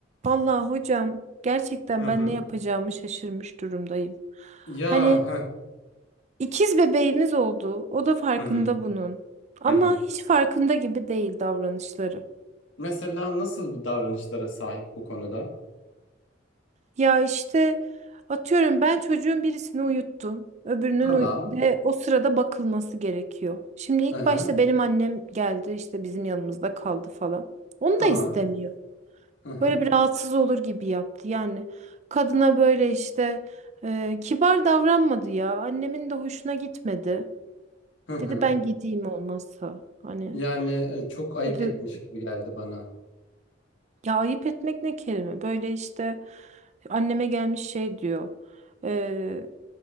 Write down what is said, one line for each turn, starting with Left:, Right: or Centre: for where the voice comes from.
Right: Vallahi hocam gerçekten
Left: Hı hı.
Right: ben ne yapacağımı şaşırmış durumdayım.
Left: Ya
Right: Hani
Left: heh.
Right: ikiz bebeğimiz oldu. O da farkında
Left: Hı hı.
Right: bunun. Ama
Left: Hı hı.
Right: hiç farkında gibi değil davranışları.
Left: Mesela nasıl bir davranışlara sahip bu konuda?
Right: Ya işte atıyorum ben çocuğun birisini uyuttum. Öbürünün
Left: Tamam.
Right: uy- ve o sırada bakılması gerekiyor. Şimdi ilk
Left: Hı hı.
Right: başta benim annem geldi işte bizim yanımızda kaldı falan. Onu
Left: Tamam.
Right: da istemiyor.
Left: Hı hı.
Right: Böyle bir rahatsız olur gibi yaptı. Yani kadına böyle işte e, kibar davranmadı ya. Annemin de hoşuna gitmedi.
Left: Hı hı.
Right: Dedi ben gideyim olmazsa. Hani
Left: Yani e, çok ayıp
Right: dedi
Left: etmiş gibi geldi bana.
Right: ya ayıp etmek ne kelime. Böyle işte anneme gelmiş şey diyor. E,